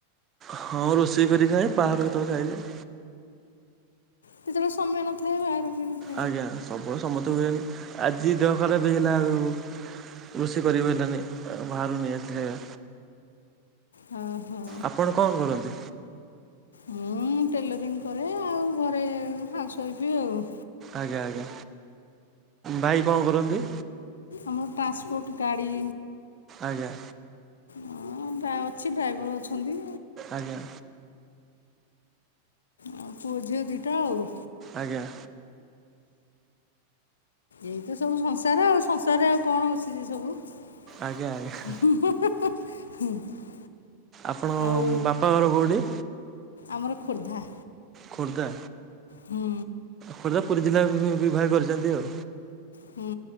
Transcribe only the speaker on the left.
ସେତେବେଳେ ସମୟ ନଥାଏ ବାହାର କିଣ <unintelligible>
ହଁ ହଁ।
ମୁଁ ଟେଲରିଂ କରେ ଆଉ ଘରେ ହାଉସ୍ୱାଇଫ୍ ବି ଆଉ।
ଆମର ଟ୍ରାନ୍ସପୋର୍ଟ ଗାଡ଼ି
ଅଁ, ଅଛି ଡ୍ରାଇଭର ଅଛନ୍ତି।
ଆଉ ପୁଅ ଝିଅ ଦିଇଟା ଆଉ।
ଏଇ ତ ସବୁ ସଂସାର ଆଉ ସଂସାରରେ ଆଉ କଣ ଅଛି ଯେ ସବୁ। <unintelligible>
ଆଉ
ଆମର ଖୋର୍ଦ୍ଧା।
ହୁଁ
ହୁଁ,